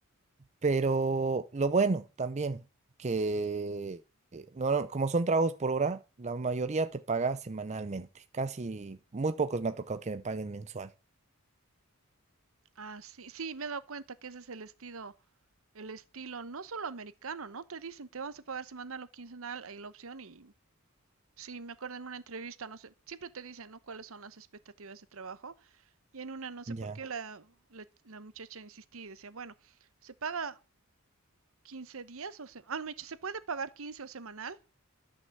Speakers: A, on the right; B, on the right.
A: Pero lo bueno también, que eh, no, no, como son trabajos por hora, la mayoría te paga semanalmente. Casi muy pocos me ha tocado que me paguen mensual.
B: Ah, sí, sí, me he dado cuenta que ese es el estilo, el estilo no solo americano, ¿no? Te dicen, te vamos a pagar semanal o quincenal, hay la opción y sí, me acuerdo en una entrevista, no sé, siempre te dicen, ¿no? ¿Cuáles son las expectativas de trabajo? Y en una, no sé
A: Ya,
B: por qué, la, la- la muchacha insistía y decía, bueno, ¿se paga 15 días o se, ah, me dice, se puede pagar 15 o semanal?